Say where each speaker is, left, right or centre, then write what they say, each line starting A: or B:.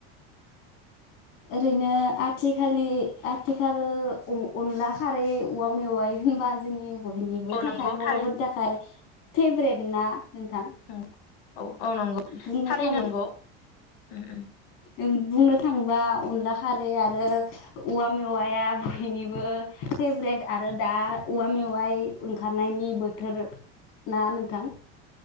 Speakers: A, on the left (about 45°); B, on the left (about 65°).
A: ओरैनो आथिखालि आथिखाल अ अनला खारै औवा मेवाइ होनबा जोंनि बयनिबो
B: औ
A: थाखाय
B: नंगौ
A: बर'फोरनि
B: थारैनो
A: थाखाय फेभरेट ना नोंथां
B: नंगौ औ औ नंगौ
A: बुंनो
B: थारैनो
A: थां
B: नंगौ उम उम
A: ओं बुंनो थाङोबा अनला खारै आरो उवा मेवाइआ बयनिबो फेभरेट आरो दा उवा मेवाइ ओंखारनायनि बोथोर ना नोंथां?